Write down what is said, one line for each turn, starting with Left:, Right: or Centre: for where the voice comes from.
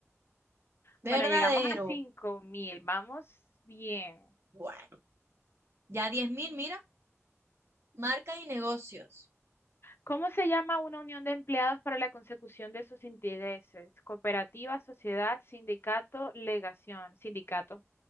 Right: Verdadero.
Left: Bueno, llegamos a 5.000, Vamos bien.
Right: Bueno, ya diez mil, mira. Marcas y negocios.
Left: ¿Cómo se llama una unión de empleados para la consecución de sus intereses? Cooperativa, sociedad, sindicato, legación. Sindicato,